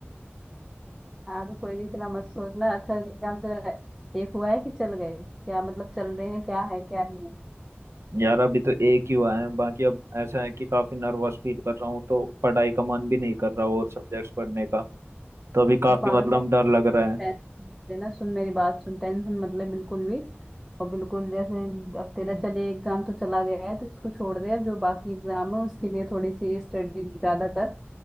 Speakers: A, in the centre; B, on the right.
A: आगे कोई नहीं इतना मत सोचना अच्छा एग्जाम चल रहा है एक हुआ है कि चल गए क्या मतलब चल रहे हैं क्या है क्या नहीं है
B: यार अभी तो एक ही हुआ है बाकी अब ऐसा है कि काफी नर्वस फील कर रहा हूँ तो पढ़ाई का मन भी नहीं कर रहा और सब्जेक्ट्स पढ़ने का तो अभी काफी
A: पागल
B: मतलब
A: टे-
B: डर लग रहा है
A: टेंशन लेना सुन मेरी बात सुन टेंशन मतलब बिल्कुल भी और बिल्कुल जैसे अब तेरा हम्म। चले एग्जाम तो चला गया है तो इसको छोड़ दे अब जो बाकी एग्जाम है उसके लिए थोड़ी सी स्टडी ज्यादा कर